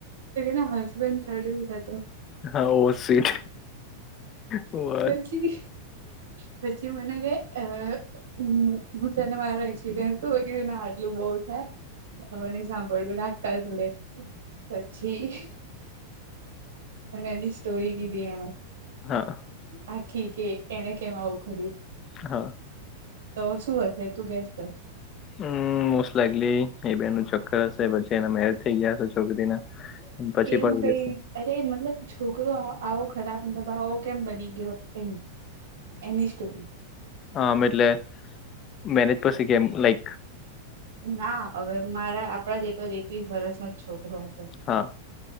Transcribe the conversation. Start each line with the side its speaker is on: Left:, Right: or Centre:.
Right: ના હસબેન્ડ થર્ડ વીલ હતો.
Left: હા ઓ સીટ. હો
Right: પછી પછી મને કઈ હમ્મ હું તને માર એક્સપિરયન્સ વગેરે ના આટલું બહ છે. હને સાંભળવું રાખતા થોડે પછી. મને એની સ્ટોરી કીધી એ.
Left: હા
Right: આખી કે એને કેમ આવું કરિયું
Left: હા
Right: તો શું હશે તું ગેસ કર.
Left: હમ્મ મોસ્ટ લાઈકલી એ બેન ચક્કર હશે પછી એના મેરેજ થઇ ગયા. ચોક ના પછી
Right: એવું
Left: ભાગી
Right: કઈ
Left: જશે
Right: અરે મતલબ છોકરો આવો ખરાબ મતલબ આવો કેમ બની ગયો એમ. એની ની સ્ટોરી
Left: આમ એટલે મેનેજ પસેી કેમ લાઈક.
Right: ના હવે મારા આપણા દેકો એકવીસ વરસમાં જ છોકરો હતો.
Left: હા